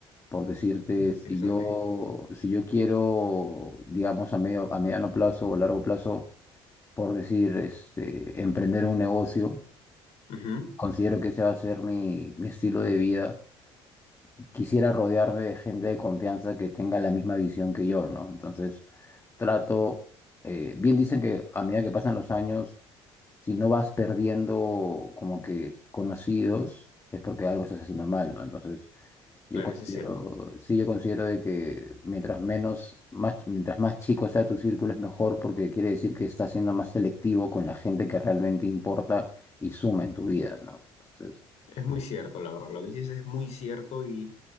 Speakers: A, on the left (about 25°); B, on the left (about 65°).
A: por decirte,
B: Mm, interesante.
A: si yo, si yo quiero, digamos, a medio, a mediano plazo o largo plazo, por decir, este, emprender un negocio,
B: Ujú,
A: considero que ese va a ser mi, mi estilo de vida quisiera rodearme de gente de confianza que tenga la misma visión que yo, ¿no? Entonces, trato, eh, bien dicen que a medida que pasan los años, si no vas perdiendo como que conocidos, es porque algo estás haciendo mal, ¿no? Entonces, yo
B: Claro,
A: considero,
B: eso es cierto.
A: sí, yo considero de que mientras menos, más, mientras más chico sea tu círculo es mejor porque quiere decir que estás siendo más selectivo con la gente que realmente importa y suma en tu vida, ¿no? Entonces,
B: Es muy cierto, la verdad. Lo que dices es muy cierto y,